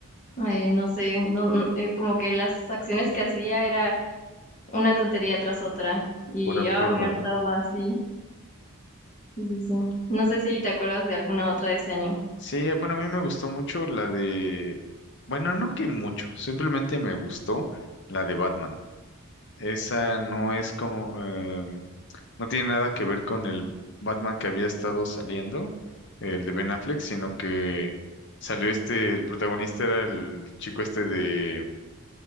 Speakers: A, on the left; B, on the left.
A: Eh, no sé, no, no, eh, como que las acciones que hacía era una tontería tras otra y
B: Puro absurdo,
A: ah, me hartaba,
B: ¿no?
A: sí, sí, sí, sí. No sé si te acuerdas de alguna otra de ese año.
B: Sí, eh, bueno, a mí me gustó mucho la de, bueno, no que mucho, simplemente me gustó la de Batman. Esa no es como, eh, no tiene nada que ver con el Batman que había estado saliendo, el de Ben Affleck, sino que salió este, el protagonista era el chico este de,